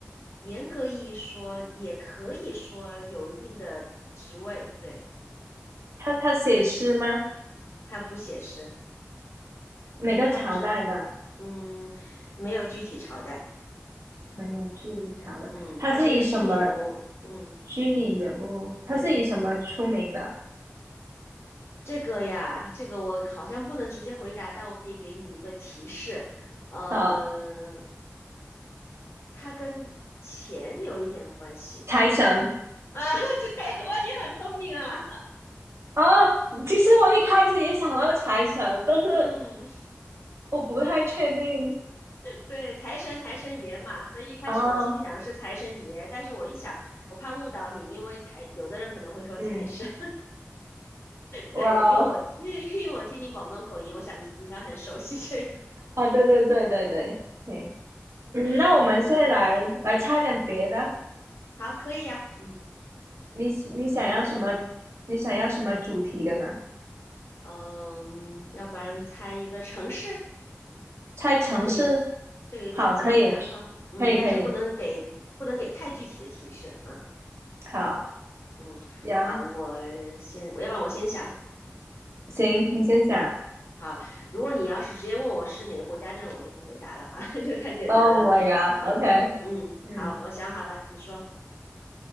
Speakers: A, on the left (about 55°); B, on the right (about 65°).
A: 严格意义说，也可以说有一定的职位，对。
B: 他他写诗吗？
A: 他不写实，
B: 哪个朝代的？
A: 他不是，嗯，没有具体朝代，
B: 没有去朝代。
A: 嗯，
B: 他是以什么
A: 他是一个虚拟人物，嗯，
B: 虚拟人物？他是以什么出名的？
A: 对，嗯，这个呀，这个我好像不能直接回答，但我可以给你一个提示，呃，
B: 好，
A: 它跟钱有一点关系，
B: 财神
A: 对，啊，<laughs> 对，哇，你很聪明啊，
B: 哦。其实我一开始也想到财神，但是
A: 嗯，
B: 我不太确定。
A: 对，财神财神爷嘛，所以一开始我心里想的是财神爷，
B: 哦，
A: 但是我一想，我怕误导你，因为财有的人可能会说财神。
B: 嗯，哇哦，
A: 对，因为我因为因为我听你广东口音，我想你应该很熟悉这个。
B: 啊，对对对对对，嗯嗯，
A: <laughs>
B: 那我们现在来来猜点别的。
A: 嗯嗯，好，可以啊。嗯，
B: 你喜你想要什么？
A: 你想猜什么？
B: 你想要什么主题的呢？
A: 嗯，要不然猜一个城市？
B: 猜城市？
A: 不，这有点这个有点简单哈。
B: 好，可以，
A: 嗯，
B: 可以，
A: 但是不能给不能给太具体的提示。
B: 可以。
A: 嗯
B: 好，
A: 嗯，
B: 呀，
A: 好，我先，我要不然我先想。
B: 行，你先想。
A: 好，如果你要是直接问我是哪个国家这种，我就不回答了哈，<laughs> 这太简单了。
B: Oh my god，OK，、
A: OK，嗯，
B: 嗯，
A: 好，我想好了，你说。